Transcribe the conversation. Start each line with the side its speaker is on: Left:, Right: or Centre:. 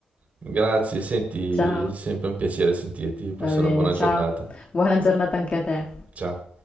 Right: Grazie, senti,
Left: <laughs> Ciao,
Right: è sempre un piacere sentirti, passa
Left: Va bene,
Right: una buona
Left: ciao.
Right: giornata.
Left: buona giornata anche a te.
Right: Ciao.